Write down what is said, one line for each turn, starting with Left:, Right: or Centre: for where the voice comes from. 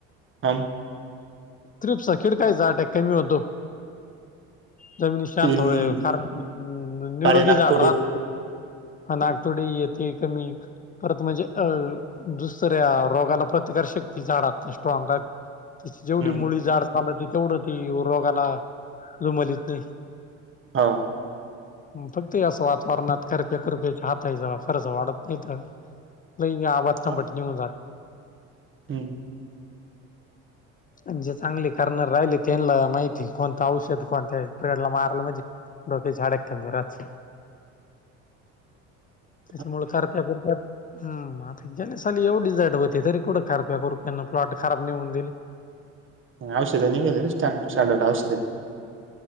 Right: हा.
Left: तिप्सा खिडकाय जाट आहे कमी होतो. जमीन शांत
Right: तीन
Left: होय कारण निरोगी
Right: काळे नाग
Left: झाढ
Right: थोडी
Left: राात. अ नाग तो डी येते कमी परत म्हणजे अ दुसऱ्या रोगाला प्रतिकार शक्ती झाडा त्या स्ट्रॉंग जेवढी
Right: हम्म
Left: मुळी जाड चालवते तेवढं ती रोगाला जुमलीत नाही.
Right: हा.
Left: फक्त या असं वातावरणात करप्या करप्या आतााच खरंच वाढत नाही तर नाही नाही आ बातता
Right: हा
Left: बट निऊन जात.
Right: हम्म
Left: आणि जे चांगले करणार राहिले त्यांना माहिती कोणतं औषध कोणत्या प्रेडला माराला म्हणजे. डोकी झाडा कममी राात
Right: <inaudible>
Left: त्याच्यामुळे करत्या कुरत्या.. हम् आता गले ली एवढी जाटव होते तरी कठं करप्या कुपयाना प्लॉट खराब नेऊन दिईल.
Right: ह औषध निेरी स्टडर् स्टड औषधे